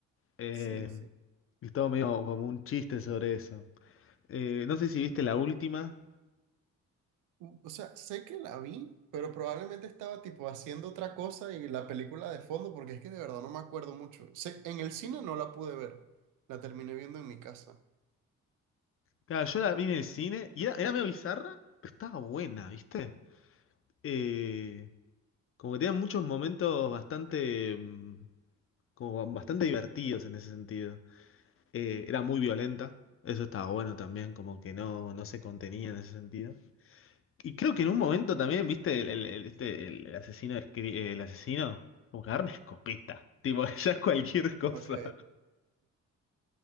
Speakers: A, on the left (about 45°); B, on the right (about 85°).
A: eh,
B: Sí, sí.
A: y todo medio como un chiste sobre eso. Eh, no sé si viste la última.
B: mm, O sea, sé que la vi, pero probablemente estaba tipo haciendo otra cosa y la película de fondo, porque es que de verdad no me acuerdo mucho. Sé- en el cine no la pude ver, la terminé viendo en mi casa.
A: Claro, yo la vi en el cine y era, era medio bizarra, pero estaba buena, ¿viste? Eh, como que tenía muchos momentos bastante, mm, como bastante divertidos en ese sentido. Eh, era muy violenta, eso estaba bueno también, como que no, no se contenía en ese sentido. Y creo que en un momento también, ¿viste? El, el- el- este, el, el asesino, escri- eh, el asesino, como que agarra una escopeta, tipo, <laughs> ya es cualquier cosa.
B: Ok.